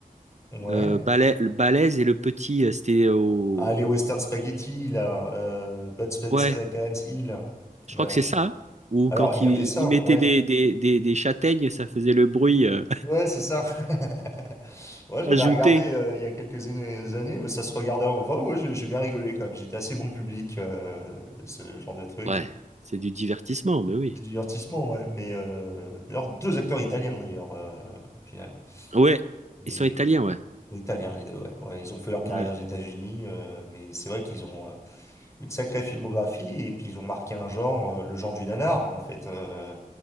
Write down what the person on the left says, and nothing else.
ouais,
ah les Western Spaghetti là, euh, Bud Spencer
et Terence Hill.
Ouais.
Alors
il
y avait ça,
ouais.
Ouais, c'est ça. <laughs> Ouais, j'en
ai regardé euh, il y a quelques années, années, mais ça se regardait. en- Enfin, ouais, j'ai j'ai bien rigolé quand même. J'étais assez bon public, euh, ce genre de truc.
C'est du divertissement, ouais. Mais euh, d'ailleurs, deux acteurs italiens, d'ailleurs, euh, au final.
Et
italiens, les deux, ouais. Ouais, ils ont fait leur
carrière aux États-Unis, euh, mais c'est vrai qu'ils ont euh, une sacrée filmographie et puis ils ont marqué un genre, euh, le genre du nanar, en fait. euh,